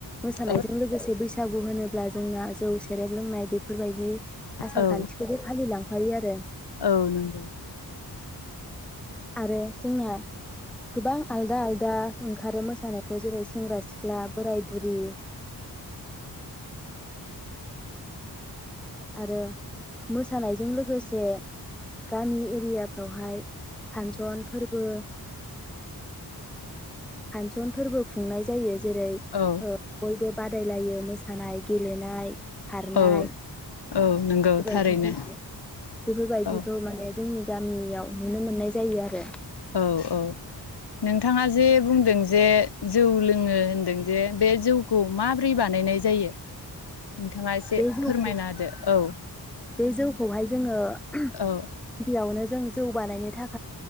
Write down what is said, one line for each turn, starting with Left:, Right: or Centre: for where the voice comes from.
Centre: मोसानायजों
Left: औ
Centre: बे बैसागु होनोब्ला जोंना जौ सेरेब लोंनाय बेफोरबायदि आसार
Left: औ
Centre: खान्थिखौबो फालिलांफायो आरो।
Left: औ नंगौ
Centre: आरो जोंना गोबां आलदा आलदा ओंखारो मोसानायखौ जेरै सेंग्रा सिख्ला बोराय बुरि
Left: औ। नोंथाङा जे
Centre: आरो मोसानायजों लोगोसे गामि एरियाफ्रावहाय फांसन फोरबो फांसन फोरबो खुंनाय जायो जेरै
Left: औ
Centre: ओ बयबो बा दायलायो मोसानाय गेलेनाय खारनाय
Left: औ औ नंगौ
Centre: बेफोरबायदि
Left: थारैनो
Centre: बेफोरबायदिखौ
Left: औ
Centre: माने जोंनि गामियाव नुनो मोननाय जायो आरो।
Left: औ औ नोंथाङा जे बुंदों जे। जौ लोङो होनदों जे बे जौखौ माबोरै बानायनाय जायो? नोंथाङा एसे
Centre: बे जौखौ
Left: फोरमायना होदो औ।
Centre: बे जौखौहाय जोङो <unintelligible>
Left: औ
Centre: बियावनो जों जौ बानायनो था